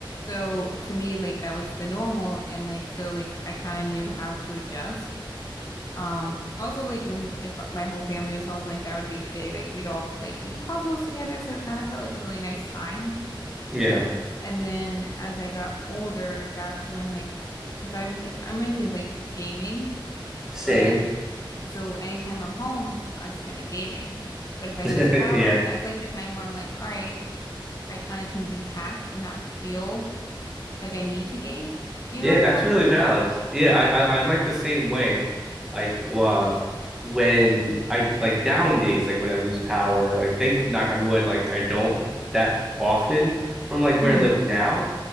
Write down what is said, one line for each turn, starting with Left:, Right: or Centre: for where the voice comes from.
Left: So to me, like that was the normal and like so like I kind of knew how to adjust. Um also like when if my whole family was home, like that would be the day like we'd all like do puzzles together, so it kind of felt like a really nice time.
Centre: Yeah,
Left: And then as I got older, that's when like because I like I'm into like gaming
Centre: same.
Left: but So anytime I'm home, I spend it gaming. But
Centre: <laughs>
Left: if I lose power,
Centre: Yeah.
Left: that's like the time where I'm like, all right, I kind of can detach and not feel like I need to game. You
Centre: Yeah,
Left: know what I'm
Centre: that's
Left: talking
Centre: really
Left: about?
Centre: valid. Yeah, I, I I'm like the same way. Like uh, when I like nowadays, like when I lose power, like thank knock on wood, like I don't that often from like
Left: hmm
Centre: where I live now,